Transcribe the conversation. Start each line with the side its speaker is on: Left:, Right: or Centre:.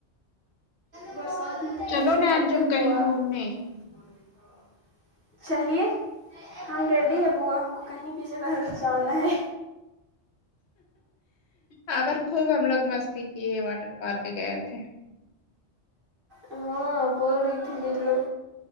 Right: برسات میں تو
Left: چلو
Right: پھر دقتیں
Left: نہ انجم
Right: ہے
Left: کہیں
Right: بوا
Left: گھومنے
Right: <inaudible> چلیے ہم ریڈی ہے بوا ہم کو کہیں بھی جگہ جانا ہے
Left: اور خوب ہم لوگ مستی کیے واٹر پارک گئے تھے
Right: ہاں بول رہی تھی دلو